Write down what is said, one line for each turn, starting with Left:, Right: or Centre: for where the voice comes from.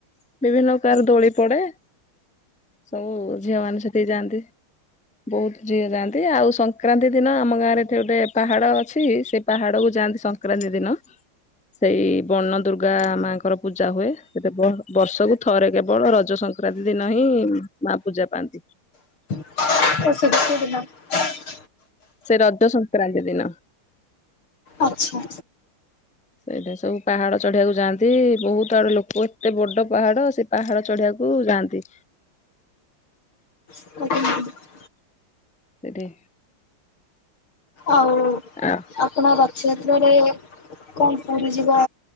Centre: ବିଭିନ୍ନ ପ୍ରକାର ଦୋଳି ପଡେ। ସବୁ ଝିଅ ମାନେ ସେଠିକି ଯାଆନ୍ତି। ବହୁତ ଝିଅ ଯାଆନ୍ତି। ଆଉ ସଂକ୍ରାନ୍ତି ଦିନ ଆମ ଆମ ଗାଁରେ ଏଠି ଗୋଟେ ପାହାଡ ଅଛି ସେ ପାହାଡ କୁ ଯାଆନ୍ତି ସଂକ୍ରାନ୍ତି ଦିନ। ସେଇ ବନ ଦୁର୍ଗା ମାଙ୍କର ପୂଜା ହୁଏ। ସେ ବର୍ଷକୁ ଥରେ କେବଳ ରଜ ଶଙ୍କ ସଂକ୍ରାନ୍ତି ଦିନ ହିଁ ମା ପୂଜା ପାଆନ୍ତି।
Left: <inaudible>
Centre: ସେ ରଜ ସଂକ୍ରାନ୍ତି ଦିନ।
Left: ଆଚ୍ଛା।
Centre: ଇଟା ସବୁ ପାହାଡ ଚଢିବାକୁ ଯାଆନ୍ତି। ବହୁତ ଆଡୁ ଲୋକ ଏତେ ବଡ ପାହାଡ ସେ ପାହାଡ ଚଢିବାକୁ ଯାଆନ୍ତି।
Left: ହ।
Centre: ଏଠି
Left: ଆଉ
Centre: ଆ
Left: ଆପଣ ରଥଯାତ୍ରାରେ କଣ ପୁରୀ ଯିବ